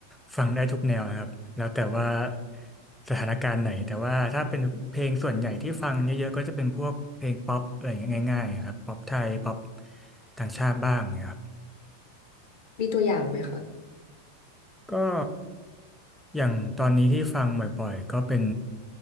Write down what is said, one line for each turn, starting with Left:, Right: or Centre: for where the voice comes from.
Centre: <laughs> ฟังได้ทุกแนวนะครับแล้วแต่ว่าสถานการณ์ไหนแต่ว่าถ้าเป็นเพลงส่วนใหญ่ที่ฟังเยอะๆก็จะเป็นพวกเพลงป๊อปอะไรอย่างเงี้ยง่ายๆครับป๊อปไทยป๊อปต่างชาติบ้างเนะครับ
Left: มีตัวอย่างไหมคะ
Centre: ก็อย่างตอนนี้ที่ฟังบ่อยๆก็เป็น